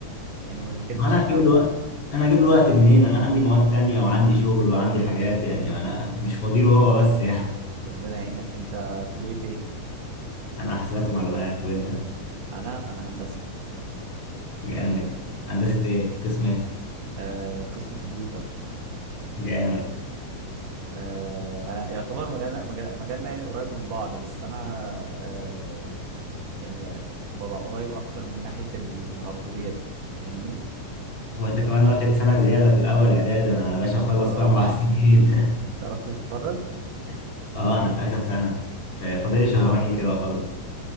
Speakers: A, on the right; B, on the left.
A: يعني ما ذاكرتش
B: ما انا هجيب
A: من الاول
B: له وقت انا هجيب له وقت منين انا عندي مواد تانية وعندي شغل وعندي حاجات يعني انا مش فاضي له هو بس <laughs> يعني
A: ربنا يعينك انت كلية ايه؟
B: انا حسابات ومعلومات وانت
A: انا انا هندسة
B: جامد هندسة ايه قسم ايه
A: آه قسم كمبيوتر
B: جامد
A: آه انا يعتبر مجالنا مجال- مجالنا يعني قريب من بعض بس انا آه يعني ببقى قريب اكتر من ناحية الهاردوير فاهمني؟
B: وانت كمان واخد سنة زيادة في الأول إعدادي أنا يا باشا أخلص
A: اه
B: في أربع سنين
A: انت قربت تتخرج
B: <laughs> أه أنا في آخر سنة ف- فاضلي شهرين كده أخلص